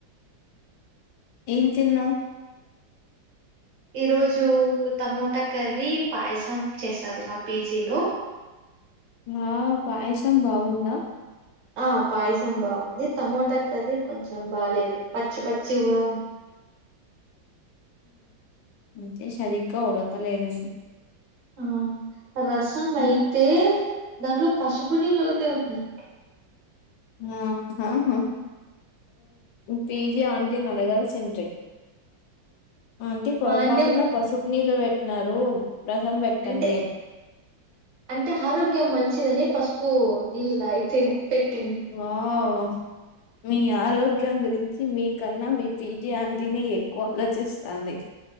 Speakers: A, on the left; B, on the right.
A: ఏమి తిన్నావ్
B: ఈరోోజు టమోటా కర్రీ పాయసం చేసారు మా పీజీలో
A: ఆ పాయసం బాగుందా
B: ఆ పాయసం బాగుంది టమోటా కర్రీ కొంచెం బాలేదు పచ్చి పచ్చిగా
A: అంటే సరిగ్గా ఉడకలేదండి
B: ఆ రసం అయితే
A: మ్మ్.
B: దాంట్లో పసుపు నీళ్లు ఒకటే ఉన్నాయి
A: <unintelligible> పిజీ ఆంటిని అడగాల్సింట్రి ఆంటీ పొరపాటున
B: మా అంటే
A: పసుపు నీళ్ళు పెట్టీ స్తున్నారు రసం పెట్టండి
B: అంటే అంటే ఆరోగ్యం మంచిదని పసుపు నీళ్లు తాగితే పెట్టింది
A: వావ్ మీ ఆరోగ్యం గురించి మీ కన్నా మీ పిజీ ఆంటీనే ఎక్కువ గా చేస్తుంది